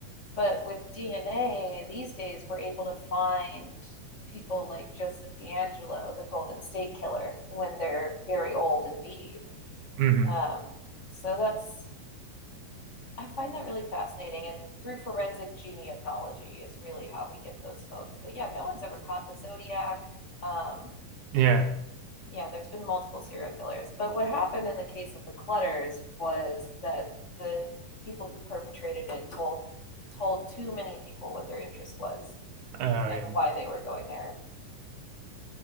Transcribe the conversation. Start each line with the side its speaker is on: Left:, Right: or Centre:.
Left: But with DNA, these days we're able to find people like Joseph D'Angelo, the Golden State Killer, when they're very old indeed.
Right: Mm-hmm.
Left: Um, so that's, I find that really fascinating. And through forensic genealogy is really how we get those folks. But yeah, no one's ever caught the Zodiac. Um,
Right: Yeah.
Left: yeah, there's been multiple serial killers. But what happened in the case of the Clutters was that the people who perpetrated it told told too many people what their interest was.
Right: Oh,
Left: and
Right: yeah.
Left: why they were going there.